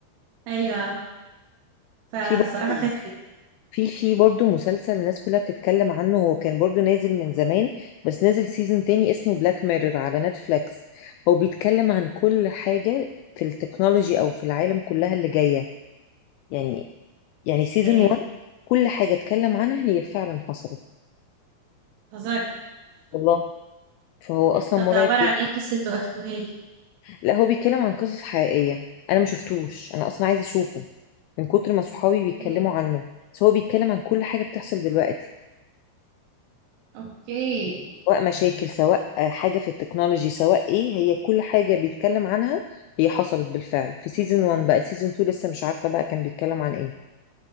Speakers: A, on the right; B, on the left.
A: <laughs> ايوه فصراحه
B: في برضه
A: خايفه جدا
B: في في برضه مسلسل الناس كلها بتتكلم عنه هو كان برضه نازل من زمان بس نازل سيزون تاني اسمه بلاك ميرور على نتفليكس هو بيتكلم عن كل حاجة في التكنولوجي أو في العالم كلها اللي جاية يعني يعني سيزون
A: ايه
B: 1 كل حاجة اتكلم عنها هي فعلا حصلت
A: هزاري
B: والله فهو أصلا
A: طب
B: مرعب
A: ده عباره
B: جدا
A: عن ايه قصته احكوها لي
B: لا هو بيتكلم عن قصص حقيقية أنا ما شفتوش أنا أصلا عايزة أشوفه من كتر ما صحابي بيتكلموا
A: ايه
B: عنه بس هو بيتكلم عن كل حاجة بتحصل دلوقتي
A: اوكي
B: سواء مشاكل سواء آه، حاجة في التكنولوجي سواء ايه هي كل حاجة بيتكلم عنها هي حصلت بالفعل في سيزون 1 بقى سيزون 2 لسه مش عارفة بقى كان بيتكلم عن ايه